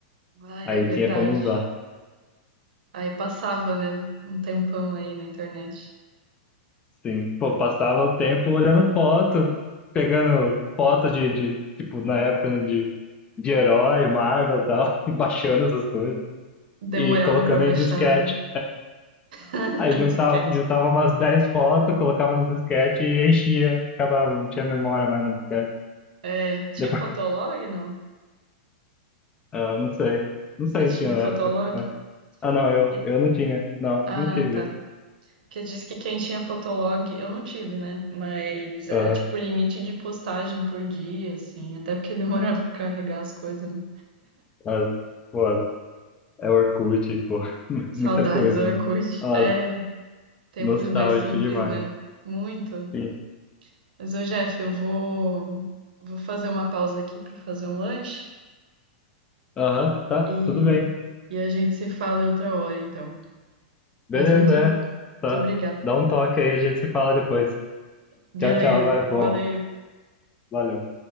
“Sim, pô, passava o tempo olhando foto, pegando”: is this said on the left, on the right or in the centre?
Left